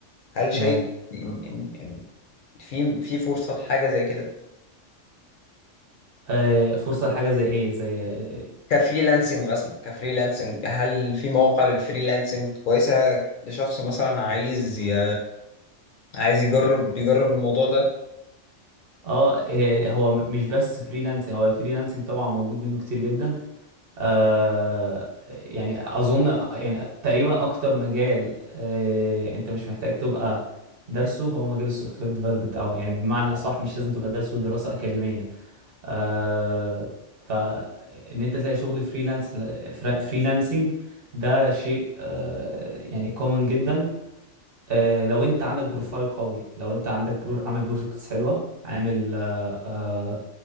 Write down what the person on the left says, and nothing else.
هل
شايف ان إن- إن في في فرصة لحاجة زي كده
كفريلانسنج
مثلا كفريلانسنج هل في مواقع للفريلانسنج كويسة لشخص مثلا عايز ي... عايز يجرب يجرب الموضوع ده